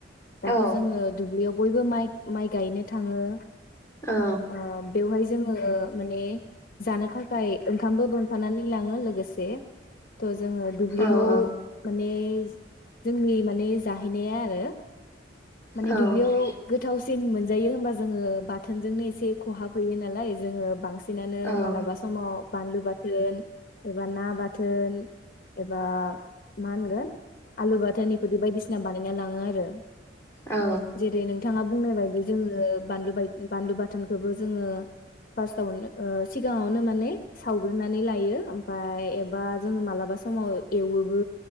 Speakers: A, on the left; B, on the left.
A: दाथ'
B: औ
A: जोङो दुब्लियाव बयबो माइ माइ गायनो थाङो
B: औ
A: ओ बेवहाय जों ओ माने जानो थाखाय ओंखामबो बोनफानानै लाङो लोगोसे थ जोङो दुब्लियाव
B: औ
A: माने इस जोंनि माने जाहैनाया आरो माने
B: औ औ
A: दुब्लियाव गोथावस सिन मोनजायो होमबा जोङो बाथोनजोंनो इस से खहाब हैयो नालाय जोङो बांसि सिनानो
B: औ
A: मालाबा समाव बानलु बाथोन एबा ना बाथोन एबा मा होनगोन आलु बाथोन इफोरदि बायदिसिना बानायना लाङो आरो।
B: औ
A: जेरै नोंथाङा बुंनाय बायदि जोङो बानलु बाय बानलु बाथ थोनखोबो जोङो फास्टावनो ओ सिगाङावनो माने सावग्रोनानै लायो ओमफाय एबा जोङो मालाबा समाव एवोबो